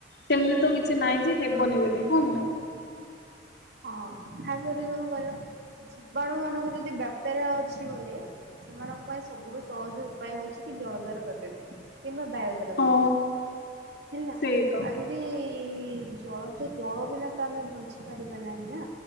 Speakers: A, on the left; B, on the right.
A: ସେମ୍ତି ତ କିଛି ନାହିଁ ଯେ ହେବନି ବୋଲେ ହଉ।
B: ହଁ ଖାସ୍ କରିକି ତମେ କହିଲ ଜୀବାଣୁ ମାନଙ୍କୁ ଯଦି <unintelligible> ଅଛି ବୋଲେ ସେମାନଙ୍କ ପାଇଁ ସବୁଠୁ ସହଜ ଉପାୟ ହଉଚି କି ଜଳ ଦ୍ଵାର ବ୍ୟାପିବା ପାଇଁ କିମ୍ବା ବାୟ <unintelligible>
A: ହଁ
B: ହେଲା।
A: ସେଇ ତ
B: ତି ଜଳ ତ ଜଳ ବିନା ତ ଆମେ ବଞ୍ଚି ପାରିବା ନାହିଁ ନା।